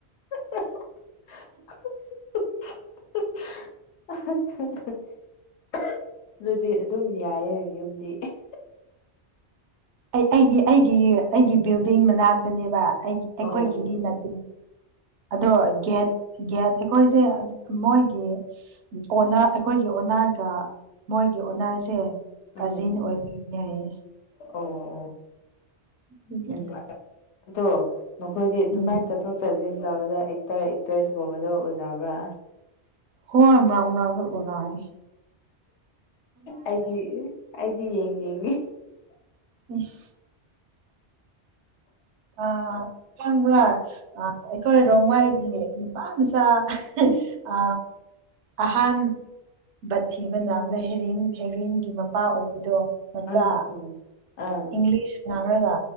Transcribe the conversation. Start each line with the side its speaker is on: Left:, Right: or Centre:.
Left: ꯍꯥ ꯍꯥ ꯍꯥ ꯍꯥ ꯍꯥ ꯍꯥ ꯍꯥ ꯑꯗꯨꯗꯤ ꯑꯗꯨꯝ ꯌꯥꯏꯌꯦ ꯌꯨꯝꯗꯤ
Right: ꯑꯩ ꯑꯩꯒꯤ ꯑꯩꯒꯤ ꯑꯩꯒꯤ ꯕꯤꯜꯗꯤꯡ ꯃꯅꯥꯛꯇꯅꯦꯕ ꯑꯩ ꯑꯩꯈꯣꯏꯒꯤꯗꯤ
Left: ꯑꯣ
Right: ꯅꯠꯇ
Left: <unintelligible>
Right: ꯑꯗꯣ ꯒꯦꯠ ꯒꯦꯠ ꯑꯩꯈꯣꯏꯁꯦ ꯃꯣꯏꯒꯤ ꯑꯣꯅꯔ ꯑꯩꯈꯣꯏꯒꯤ ꯑꯣꯅꯔꯒ ꯃꯣꯏꯒꯤ ꯑꯣꯅꯔꯁꯦ ꯀꯥꯖꯤꯟ
Left: ꯎꯝ
Right: ꯑꯣꯏꯕ ꯌꯥꯏꯌꯦ
Left: ꯑꯣ ꯑꯣ
Right: ꯑꯗꯨꯒꯤ
Left: ꯎꯝ ꯑꯗꯣ ꯅꯈꯣꯏꯗꯤ ꯑꯗꯨꯃꯥꯏꯅ
Right: ꯎꯝ
Left: ꯆꯠ ꯆꯠꯊꯣꯛ ꯆꯠꯁꯤꯟ ꯇꯧꯕꯗ ꯑꯦꯛꯇꯔ ꯑꯦꯛꯇ꯭ꯔꯦꯁꯀꯨꯝꯕꯗ ꯎꯅꯕ꯭ꯔꯥ
Right: ꯍꯣꯏ ꯃꯔꯛ ꯑꯗꯨ ꯎꯔꯥꯏ
Left: ꯑꯩꯗꯤ ꯑꯩꯗꯤ ꯌꯦꯡ ꯌꯦꯡꯅꯤꯡꯉꯦ
Right: ꯏꯁ ꯑ ꯀꯟꯕ꯭ꯔꯥ ꯑꯩꯈꯣꯏ ꯔꯣꯡꯃꯩꯒꯤ ꯅꯨꯄꯥ ꯃꯆꯥ ꯑ ꯑꯍꯥꯟꯕ ꯕꯠ ꯊꯤꯕ ꯅꯥꯝꯅ ꯍꯦꯔꯤꯟ ꯍꯦꯔꯤꯟꯒꯤ ꯃꯄꯥ ꯑꯣꯏꯕꯗꯣ ꯃꯆꯥ
Left: ꯑꯪ ꯎꯝ ꯑꯥ
Right: ꯏꯪꯂꯤꯁ ꯉꯥꯡꯅꯒ